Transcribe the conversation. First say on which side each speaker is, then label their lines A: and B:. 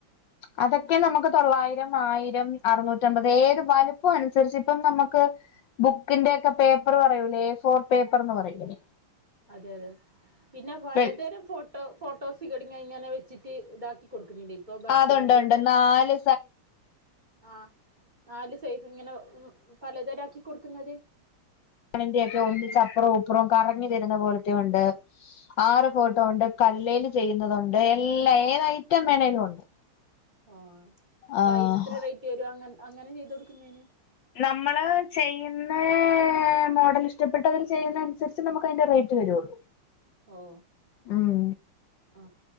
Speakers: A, on the left; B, on the right.
A: അതൊക്കെ നമുക്ക് തൊള്ളായിരം ആയിരം അറുനൂറ്റമ്പത് ഏത് വലുപ്പം അനുസരിച്ച് ഇപ്പം നമുക്ക് ബുക്കിന്റെ ഒക്കെ പേപ്പർ പറയൂലേ എ ഫോർ പേപ്പർന്ന് പറയൂല്ലേ
B: അതെ അതെ പിന്നെ ഫ
A: വെൾ
B: ലതരം ഫോട്ടോ ഫോട്ടോസ് കങ്ങ ഇങ്ങനെ വെച്ചിട്ട് ഇതാക്കി കൊടുക്കുന്നുണ്ട് ഇപ്പൊ ബർത്ത്ഡേണ്ട
A: അതുണ്ട് ഉണ്ട്
B: ല്ലേ
A: നാല്
B: ആ നാല് സൈസ് ഇങ്ങനെ <unintelligible> പലതരം ക്കി കൊടുക്കുന്നത്
A: ണിന്റെറെ ഒക്കെ ഒന്നിച്ചപ്പുറവും ഇ പ്പുറവും കറങ്ങി തരുന്ന പോലത്ത ഉണ്ട് ആറ്
B: ആഹ് ആഹ്
A: ഫോട്ടോ ഉണ്ട് കല്ലേൽ ചെയ്യുന്നതുണ്ട് എല്ലാ ഏത ഐറ്റം വേണമേലും ഉണ്ട്
B: ഓ അപ്പൊ
A: ആഹ്
B: അയിന് എത്ര റേറ്റ് വര അ അങ്ങനെ ചെയ്ത കൊടുക്കുന്നതിന്
A: നമ്മള് ചെയ്യുന്ന മോഡൽ ഇഷ്ടപ്പെട്ടവർ ചെയ്യുന്ന അനുസരിച്ച് നമുക്ക് അതിന്റെ റേറ്റ് വരുള്ളൂ
B: ഓ <unintelligible>
A: ഉം
B: ആ